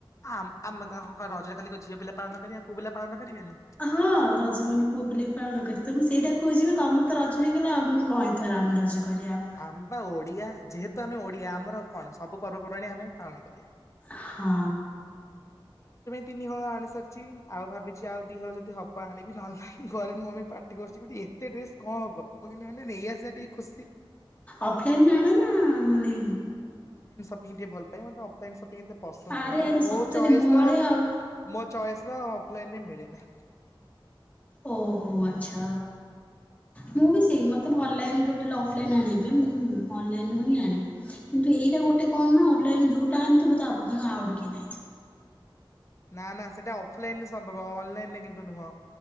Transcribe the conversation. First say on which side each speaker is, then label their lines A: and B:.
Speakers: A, on the left (about 35°); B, on the left (about 15°).
A: ଆମ ଆମେ ରଜରେ ଖାଲି ଝିଅ ପିଲା ପାଳନ କରିବେ ପୁଅ ପାଳନ କରିବେନି
B: ହଁ ରଜ ମନ ପୁଅ ପୁଲା ବି ପାଳନ କରି ତ ମୁଁ ସେଇଟା କହୁଛିିବା ତମର ର ରଜ ହେଇଗଲା ଆଉ ମୁଁ କହିଥାଥିଲା ଆମେ ରଜ କରି ଆଉ।
A: ଆମ ବା ଓଡିଆ ଯେହେତୁ ଆମେ ଓଡିଆ ଆମର କଣ ସବୁ ପର୍ବପର୍ବାଣି ଆମେ ପାଳନ କରିବା।
B: ହଁ।
A: ତିନିହଳ ଆଣି ସାରିଛି ଆଉ ଭାବିଛି ଆଉ ଦି ହଳ ଯଦି ହବ ଆଣିବି ନହେଲୋଇ ଘରେ ମମି ପାଟି କରୁଛିେ ଏତେ ଡ୍ରେସ କଣ ହବ ମୁଁ ନେଇ ଆସିବା ଟିକେ ଖୁସି।
B: ଅଫଲାଇନରେ ଆଣ ନା ମାନେ
A: ଟେ ଭଲ ପାଇ ଅଫଲାଇନ ସପି ପସନ୍ଦ ନୁହଁ
B: ଆରେ
A: କାହିଁକିନା
B: ଆରେ
A: ମୋ
B: ସତରେ
A: ଚଏସ
B: ମୋ
A: ର
B: ଭଳିଆ ଆଉ
A: ମୋ ଚଏସ ର ଅଫଲାଇନରେ ମିଳେ ନା।
B: ଓହୋ ଆଛା ମୁଁ ବି ସେଇ ମତେ ଭଲ ଲନଟା ଅଫଲାଇନ ଆଣିବା ପାଇଁ ମୁଁ ଅନଲାଇନ ହିଁ ଆଣେ କିନ୍ତୁ ଏଇଟା ଗୋଟେ କଣ ନା ଅନଲନ ଯୋଉଟା ଆଣିଥିବ ତା ପର୍ଯ୍ୟନ୍ତ ଆଉ ଟଥିବ।
A: ନା ନା ସେଇଟା ଅଫଲାଇନରେ ସମ୍ଭବ ଅନଲାଇନରେ କିନ୍ତୁ ନୁହଁ।